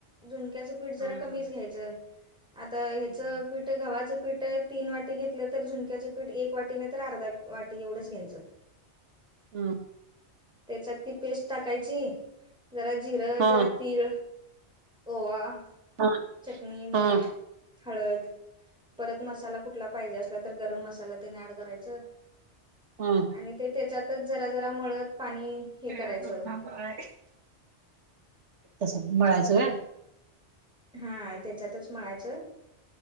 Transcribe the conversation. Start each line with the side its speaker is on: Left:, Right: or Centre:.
Centre: झुणक्याचं पीठ जरा
Right: हा हा
Centre: कमीच घ्यायचं. आता
Right: हम्म
Centre: हेच पीठ गव्हाचं पीठ तीन वाटी घेतलं तर झुणक्याचं पीठ एक वाटी नाही तर अर्धा वाटी एवढंच घ्यायचं.
Right: अं.
Centre: त्याच्यात ती पेस्ट टाकायची. जरा जिरं,
Right: हा
Centre: जरा तीळ ओवा,
Right: हा हा
Centre: चटणी, मीठ,
Right: हा
Centre: हळद परत मसाला कुठला पाहिजे असला तर गरम मसाला तेन ऍड करायच.
Right: अं.
Centre: आणि त्याच्यातच जरा जरा मळत पाणी
Right: <unintelligible>
Centre: हे करायचं
Right: तसं मळायचं व्हय.
Centre: हा. त्याच्यातच मळायचं.